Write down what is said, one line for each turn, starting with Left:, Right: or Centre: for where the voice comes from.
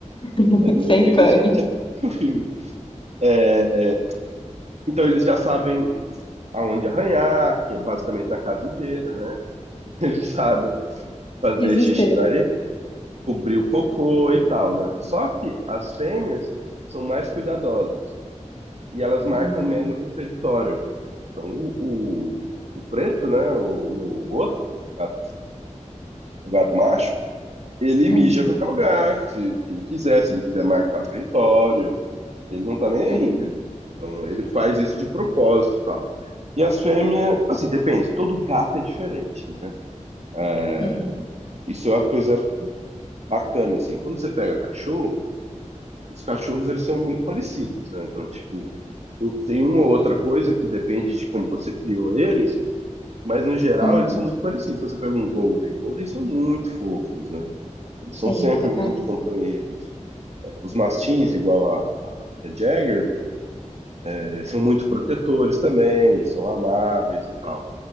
Left: <laughs>
Right: Não
Left: Sem
Right: fica
Left: pane.
Right: chateado comigo. É, então, eles já sabem aonde arranhar, que é basicamente na casa inteira, né? <laughs> Eles sabem fazer
Left: Desespero.
Right: xixi na areia, cobrir o cocô e tal, né? Só que as fêmeas são mais cuidadosas e elas marcam
Left: Hum,
Right: menos o território. Então, o, o, o preto, né? O, o meu outro, o meu gato, o gato macho, ele mija
Left: uhum,
Right: a qualquer lugar que, que ele quiser, se ele quiser marcar o território. Ele não tá nem aí,
Left: uhum,
Right: entendeu? Então, ele faz isso de propósito e tal. E as fêmeas, assim, depende, todo gato é diferente, né? É,
Left: Sim,
Right: Isso é uma coisa bacana, assim. Quando você pega cachorro, os cachorros eles são muito parecidos, né? Então, tipo, tem uma ou outra coisa que depende de como você criou eles, mas no geral
Left: uhum,
Right: eles são muito parecidos. Então, você pega um Golden, Golden são muito fofos, né? Eles
Left: sim,
Right: são sempre
Left: pra caralho.
Right: muito companheiros. É, os mastins, igual a, a minha Jagger, é, são muito protetores também, são amáveis e tal.